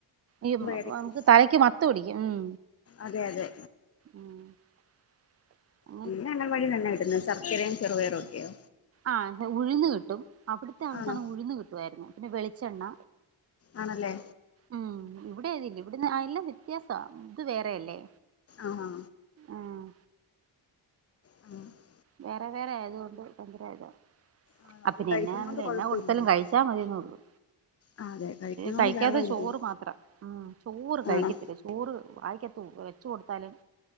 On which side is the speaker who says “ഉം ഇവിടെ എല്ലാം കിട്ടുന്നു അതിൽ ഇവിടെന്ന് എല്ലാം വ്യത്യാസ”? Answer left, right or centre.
Right